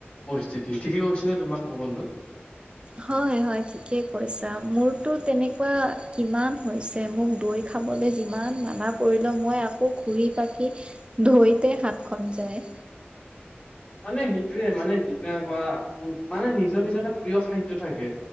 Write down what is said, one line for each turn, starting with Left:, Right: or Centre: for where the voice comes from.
Left: পৰিস্থিতি ঠিকে কৈছ নে তোমাক মই বন্ধু
Right: হয়, হয় ঠিকে কৈছা মোৰতো তেনেকুৱা কিমান হৈছে মোক দৈ খাব চাব যিমান মানা কৰিল মই আকৌ ঘূৰি পাকি দৈতে ধৰিতে হাতখন যায় <inaudible>
Left: মানে সেইটোয়ে মানে যিদিনেুৱা উ মানে নিজৰ, নিজৰ এটা প্ৰিয় খাদ্য থাকে